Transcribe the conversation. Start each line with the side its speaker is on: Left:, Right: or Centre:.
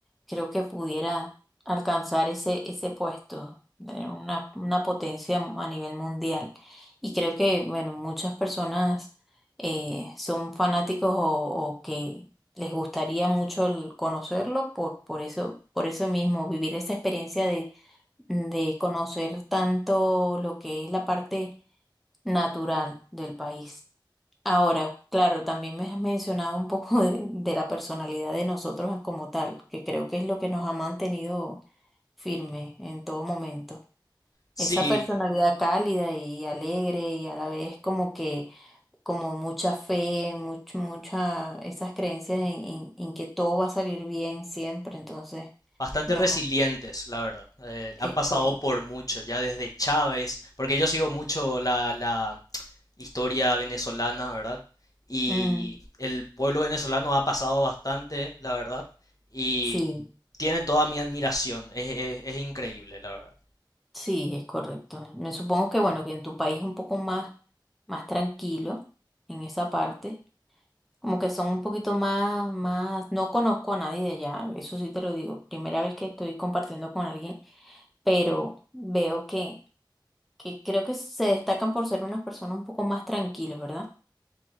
Centre: creo que pudiera alcanzar ese, ese puesto, tener una, una potencia a nivel mundial. Y creo que, bueno, muchas personas eh, son fanáticos o, o que les gustaría mucho el conocerlo por, por eso, por eso mismo, vivir esa experiencia de, de conocer tanto lo que es la parte natural del país. Ahora, claro, también me has mencionado un poco de, de la personalidad de nosotros como tal, que creo que es lo que nos ha mantenido firme en todo momento.
Left: Sí,
Centre: Esa personalidad cálida y alegre y a la vez como que, como mucha fe, mucho, mucha, esas creencias en, en- en que todo va a salir bien siempre, entonces,
Left: bastante
Centre: no,
Left: resilientes, la verdad. Eh,
Centre: es
Left: han pasado
Centre: correcto.
Left: por mucho, ya desde Chávez, porque yo sigo mucho la, la historia venezolana, ¿verdad? Y
Centre: Mm,
Left: el pueblo venezolano ha pasado bastante, la verdad, y
Centre: sí.
Left: tienen toda mi admiración, es, es- es increíble, la verdad.
Centre: Sí, es correcto. Me supongo que bueno, que en tu país es un poco más, más tranquilo en esa parte. Como que son un poquito más, más, no conozco a nadie de allá, eso sí te lo digo. Primera vez que estoy compartiendo con alguien, pero veo que, que creo que se destacan por ser unas personas un poco más tranquilas, ¿verdad?